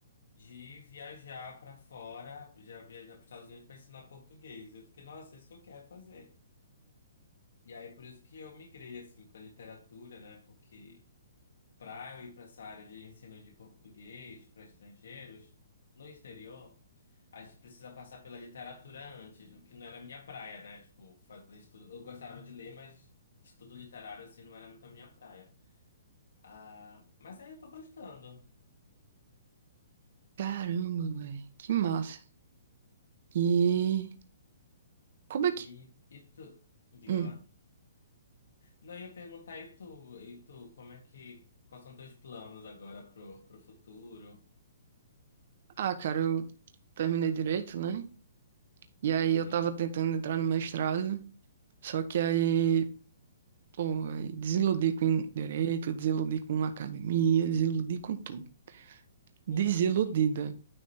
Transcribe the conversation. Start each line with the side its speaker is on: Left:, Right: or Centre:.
Left: de viajar pra fora, já viajar para Estados Unidos pra ensinar português. Eu fiquei, nossa, é isso que eu quero fazer. E aí por isso que eu migrei assim pra literatura, né? Porque para eu ir para essa área de ensino de português para estrangeiros no exterior, a gente precisa passar pela literatura antes, o que não era minha praia, né? Tipo, fazer estudo. Eu gostava de ler, mas estudo literário assim não era muito a minha praia. Ah, mas aí eu tô gostando.
Right: caramba, velho. Que massa. E como é que...
Left: E, e tu, diga
Right: Hum.
Left: lá. Não, eu ia perguntar, e tu, e tu, como é que, quais são teus planos agora pro, pro futuro?
Right: Ah, cara, eu terminei direito, né? E aí
Left: Uhum,
Right: eu tava tentando entrar no mestrado, só que aí... Pô, aí desiludi com direito, desiludi com academia, desiludi com tudo. Desiludida,
Left: com tudo.